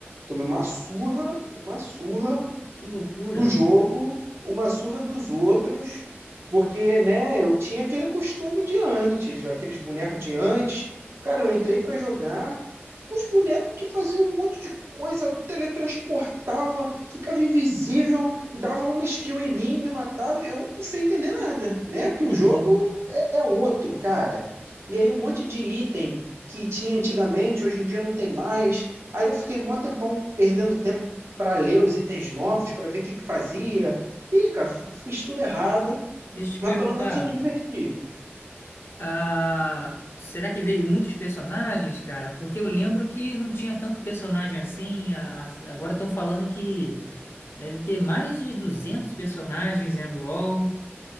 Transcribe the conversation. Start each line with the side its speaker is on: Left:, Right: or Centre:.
Right: tomei uma surra, uma surra
Left: Que loucura.
Right: do jogo, uma surra dos outros, porque, né, eu tinha aquele costume de antes, aqueles bonecos de antes. Cara, eu entrei pra jogar com os bonecos que faziam um monte de coisa, teletransportava, ficava invisível, dava uma skill em mim, me matava, eu sem entender nada, né? Porque
Left: Entendi.
Right: o jogo é, é outro, cara. E aí um monte de item que tinha antigamente, hoje em dia não tem mais. Aí eu fiquei mó tempão perdendo tempo para ler os itens novos, para ver o que que fazia. Ih, cara, f- fiz tudo errado,
Left: Deixa eu te perguntar.
Right: mas pelo menos eu me diverti.
Left: ah, será que veio muitos personagens, cara? Porque eu lembro que não tinha tanto personagem assim. a- a- agora estão falando que deve ter mais de 200 personagens né, no LoL.